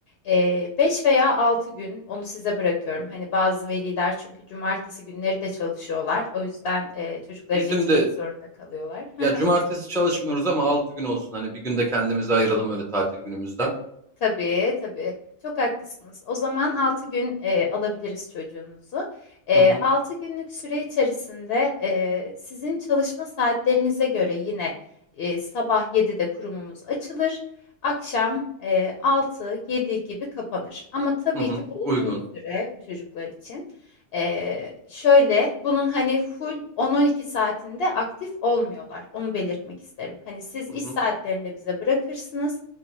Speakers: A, on the left; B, in the centre.
A: Ee, 5 veya 6 gün onu size bırakıyorum. Hani bazı veliler çünkü cumartesi günleri de çalışıyorlar. O yüzden e, çocukları
B: bizim
A: getirmek
B: de
A: zorunda kalıyorlar. <laughs>
B: ya cumartesi çalışmıyoruz ama 6 gün olsun. Hani bir günde kendimizi ayıralım öyle tatil günümüzden.
A: Tabii, tabii. Çok haklısınız. O zaman 6 gün e, alabiliriz çocuğunuzu. E,
B: Hı hı
A: 6 günlük süre içerisinde e, sizin çalışma saatlerinize göre yine e, sabah 7'de kurumumuz açılır. Akşam e, 6-7 gibi kapanır. Ama tabii
B: hı hı
A: ki bu
B: uygun.
A: uzun bir süre bu çocuklar için. E, şöyle bunun hani full 10-12 saatinde aktif olmuyorlar. Onu belirtmek isterim. Hani siz iş
B: Hı hı.
A: saatlerinde bize bırakırsınız.